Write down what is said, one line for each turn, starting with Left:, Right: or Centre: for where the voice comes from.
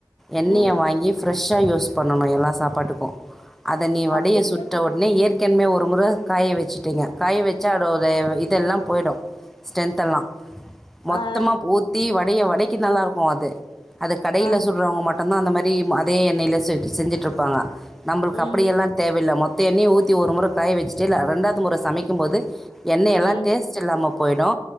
Centre: எண்ணெய்ய
Left: ம்
Centre: வாங்கி ப்ரெஷ் சுஷா யூஸ் பண்ணணோ எல்லா சாப்பாட்டுக்கும் அத நீ வடைய
Left: அப்டிங்களா
Centre: சுட்ட உடனே ஏற்க் கேன்மே ஒரு முற காய வச்சுட்டேங்க காய வச்சா அதோட வ் வ இத எல்லாம் போயிடோ ஸ்டென்த்து எல்லா மொத்தமா
Left: ஆ
Centre: போத்தி வடைய வடை கி நல்லா இருக்கோ அது அது கடையில்ல
Left: ஆ
Centre: சொல்றவங்க மட்டும்தா அந்த மாறி அதே ம் அதே எண்ணெய்ல செட்டு செஞ்சிட்டு இருப்பாங்க நம்ளுக்
Left: ம்
Centre: அப்டி எல்லா தேவயில்ல மொத் தே எண்ணெய ஊத்தி ஒரு முற கைய் வச்டேயில்ல ரெண்டாவது முற சமைக் வைக்கிம் போது எண்ணெய எல்லா
Left: ம்
Centre: டேஸ்டு இல்லாம போயிடோ